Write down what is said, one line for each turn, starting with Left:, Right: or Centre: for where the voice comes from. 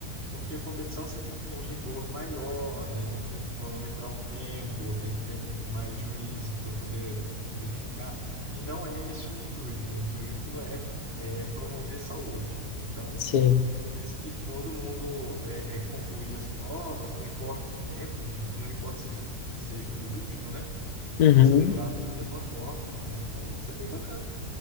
Right: Porque competição você tem que ter um rigor maior, né? Tem que cronometrar o tempo, tem que ter mais juízes para poder verificar. E não é esse o intuito. O intuito é, é promover saúde. Então,
Left: <laughs> Sim.
Right: por isso que todo mundo é, é, conclui as provas, não importa o tempo, não, não importa se f- seja o último, né?
Left: Uhum.
Right: É celebrado da mesma forma, né? Então, isso é bem bacana.